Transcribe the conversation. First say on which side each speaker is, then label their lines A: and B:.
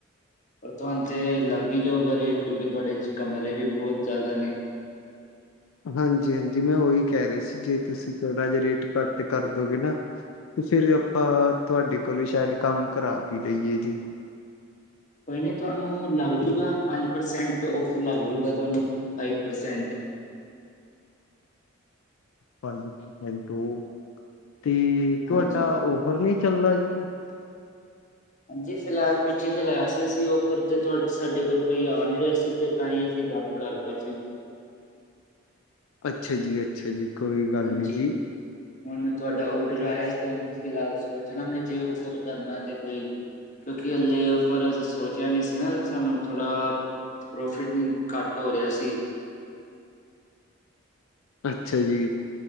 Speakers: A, on the left; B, on the left.
A: ਪਰ ਤੁਹਾਨੂੰ ਤੇ ਲੱਗ ਹੀ ਜਾਊਗਾ ਰੇਟ ਕਿਉਂਕਿ ਤੁਹਾਡੇ ਚ ਕਮਰੇ ਵੀ ਬਹੁਤ ਜ਼ਿਆਦਾ ਨੇ।
B: ਹਾਂਜੀ ਹਾਂਜੀ ਮੈਂ ਉਹੀ ਕਹਿ ਰਿਹਾ ਸੀ ਜੇ ਤੁਸੀਂ ਥੋੜਾ ਜਹਾ ਰੇਟ ਘੱਟ ਕਰਦੋਗੇ ਨਾ ਤੇ ਫੇਿਰ ਆਪਾਂ ਤੁਹਾਡੇ ਕੋਲੋਂ ਸ਼ਾਇਦ ਕੰਮ ਕਰਾ ਹੀ ਲਈਏ ਜੀ
A: ਕੋਈ ਨਹੀਂ ਤੁਹਾਨੂੰ ਲੱਗ ਜੂਗਾ ਪੰਜ ਪ੍ਰਸੈਂਟ ਔਫਰ ਲੱਗ ਜੂਗਾ ਤੁਹਾਨੂੰ ਫਾਈਵ ਪ੍ਰਸੈਂਟ
B: ਪੰਜ ਪਸੈਂਟ ਉਹ ਤੇ ਤੁਹਾਡਾ
A: ਹਾਂਜੀ
B: ਉਹ ਹੋਰ ਨਹੀਂ ਚੱਲਦਾ ਜੀ
A: ਹਾਂਜੀ ਫਿਲਹਾਲ ਪਿੱਛੇ ਚਲਾਇਆ ਸੀ ਅਸੀਂ ਔਫਰ ਤੇ ਤੁ ਸਾਡੇ ਕੋਲ ਕੋਈ ਆ ਨਹੀਂ ਰਿਹਾ ਸੀ ਤੇ ਤਾਂ ਹੀ ਅਸੀਂ ਬੰਦ ਕਰਤਾ ਸੀ
B: ਅੱਛਾ ਜੀ ਅੱਛਾ ਜੀ ਕੋਈ ਗੱਲ
A: ਹਾਂਜੀ
B: ਨਹੀਂ ਜੀ
A: ਹੁਣ ਤੁਹਾਡਾ ਔਡਰ ਆਇਆ ਤੇ ਹੁਣ ਫਿਲਹਾਲ ਸੋਚ ਲਾਂ ਮ ਜੇ ਔਡਰ ਕਰਨਾ ਤੇ ਕੋਈ ਕਿਉਂਕਿ ਹੱਲੇ ਉਪਰ ਅਸੀਂ ਸੋਚਿਆ ਨੀ ਸੀ ਨਾ ਸਾਨੂੰ ਥੋੜਾ ਪ੍ਰੋਫਿਟ ਘੱਟ ਹੋ ਰਿਹਾ ਸੀ
B: ਅੱਛਾ ਜੀ